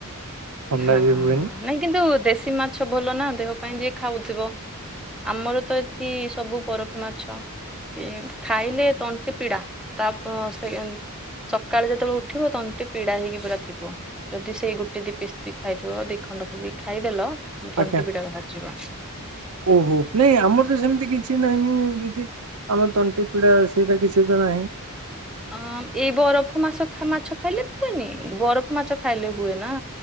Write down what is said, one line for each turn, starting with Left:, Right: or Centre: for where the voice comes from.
Right: ଥଣ୍ଡା
Centre: ହଁ
Right: ବି ହୁଏନି
Centre: ହଁ ନାଇଁ କିନ୍ତୁ ଦେଶୀ ମାଛ ଭଲ ନା ଦେହ ପାଇଁ ଯିଏ ଖାଉଥିବ? ଆମର ତ ଏଠି ସବୁ ବରଫ ମାଛ। କି ଖାଇଲେ ତଣ୍ଟି ପିଡା ତା ସେ ସକାଳେ ଯେତେବେଳେ ଉଠିବ ତଣ୍ଟି ପିଡା ହେଇକି ପୁରାଥିବ ଯଦି ସେଇ ଗୋଟେ ଦି ପିସ୍ ବି ଖାଇଥିବ ଦି ଖଣ୍ଡ ବି ଖାଇଦେଲ ମୁ
Right: ଆଜ୍ଞା।
Centre: ତଣ୍ଟି ପିଡା ବାହାରି ଯିବ।
Right: ଓହୋ ନାଇଁ ଆମର ତ ସେମିତି କିଛି ନାହିଁ ଦିଦି। ଆମ ତଣ୍ଟି ପିିଡା ସେଇରା କିଛି ତ ନାହିଁ।
Centre: ଅ ଏଇ ବରଫ ମାସ ମାଛ ଖାଇଲେ ହୁଏନି ବରଫ ମାଛ ଖାଇଲେ ହୁଏ ନା?